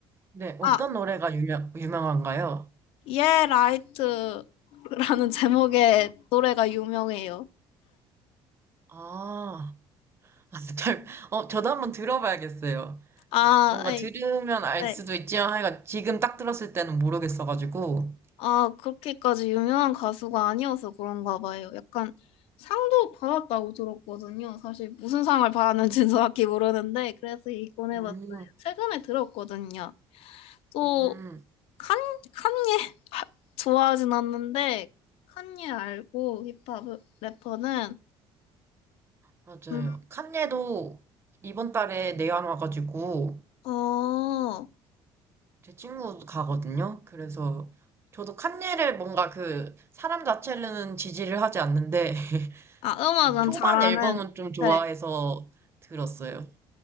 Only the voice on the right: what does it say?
네, 어떤
노래가 유명, 유명한가요?
아, <laughs> 잘, 어, 저도 한번 들어봐야겠어요.
저- 뭔가
들으면 알
수도 있지만 하여간 지금 딱 들었을 때는 모르겠어가지고.
음,
음.
맞아요.
칸예도 이번 달에 내한 와가지고
제 친구 가거든요. 그래서 저도 칸예를 뭔가 그 사람 자체는 지지를 하지 않는데 <laughs>
그 초반
앨범은 좀 좋아해서
들었어요.